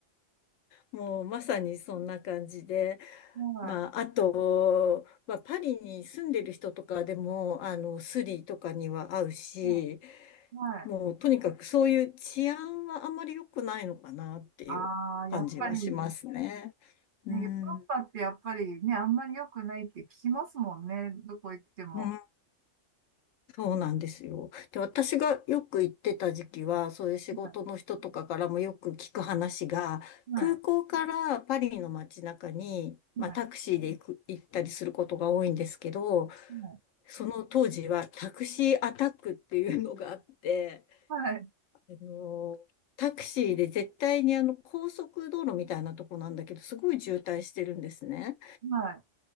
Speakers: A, on the left; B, on the right.
A: もうまさにそんな感じで。
B: は
A: まあ、あと、まあ、パリに住んでる人とかでも、あの、スリとかには合うし、
B: い。はい。はい。
A: もうとにかくそういう治安はあんまり良くないのかなっていう感じはしますね。
B: ああ、やっぱり、ね、
A: うん。
B: ヨーロッパってやっぱりね、あんまり良くないって聞きますもんね。どこ行っても。
A: うんそうなんですよ。で、私がよく行ってた時期は、そういう仕事の人とかからもよく聞く話が、
B: はい。はい。
A: 空港からパリの街中に、まあ、
B: はい。
A: タクシーで行く、行ったりすることが多いんですけど、
B: はい。
A: その当時はタクシーアタックっていうのがあって、
B: はい。
A: あの、タクシーで絶対にあの高速道路みたいなとこなんだけど、すごい渋滞してるんですね。
B: は